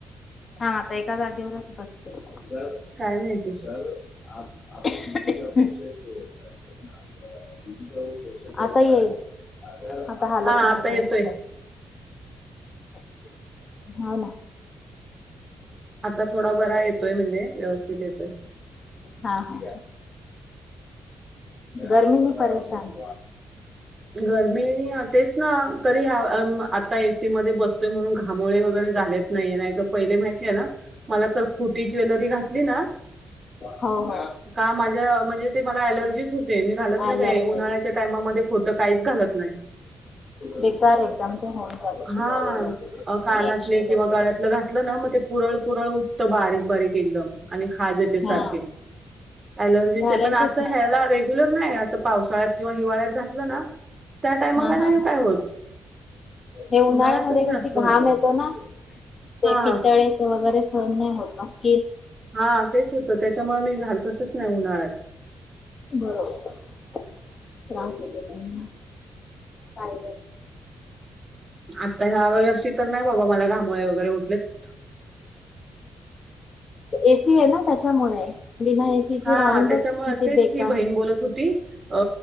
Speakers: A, on the left (about 55°); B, on the right (about 40°).
A: हां आता एका जागेवरच बसते र
B: काय माहिती
A: सर <unintelligible> आता येई आता हालत
B: हा
A: नाही
B: आता
A: इकडून
B: येतोय
A: कुठे ह ना
B: आता थोडा बरा येतोय म्हणजे व्यवस्थित येतोय
A: हा ह गर्मी न परेशान
B: गरमी आणि तेच ना तरी आता एसी मध्ये बसतोय म्हणून घामोळे वगैरे झालेत नाही नाही तर पहिले माहितीये ना मला तर खोटी ज्वेलरी घात ना
A: हो हो
B: का माझ्या म्हणजे ते मला एलर्जी होते. मी घालत नाही
A: अलर्जी
B: बाई उन्हाळ्याच्या टायमामध्ये खोटं. काहीच घालत नाही,
A: बेकार एकदम ते होऊन जात अशी
B: हा
A: बॉडीवर
B: कानातले
A: रिएक्शन
B: किंवा
A: त्याची
B: गळ्यातलं घातलं ना मग ते पुरळ-पुरळ, उठत बारीक-बारीक एकदम. आणि खाज येते सारखी
A: हा
B: एलर्जीच
A: घालायचीच
B: आहे, पण अस ह्याला
A: नाही
B: रेग्युलर. इतर नाही असं पावसाळ्यात किंवा हिवाळ्यात घातलं ना. त्या टायमाला
A: हा, हा,
B: नाही काय होत
A: हे उन्हाळ्यामध्ये
B: उन्हाळ्यातच
A: कशी
B: जास्त
A: घाम
B: होतो
A: येतो ना ते
B: हा
A: पितळेच वगैरे सहन नाही होत जास्त.
B: हा तेच होतं त्याच्यामुळे मी घालतच नाही. नाही उन्हाळ्यात.
A: बरोबर त्रास होतो त्यानी काय.
B: आता ह्या वर्षी तर, नाही बाबा मला घामोळ्या वगैरे उठलेत.
A: ए, सी आहे ना त्याच्यामुळे. बिना एसीची
B: हा
A: राहून
B: त्याच्यामुळे
A: बघ किती
B: असतेच
A: बेकार
B: ती बहीण बोलत होती. अ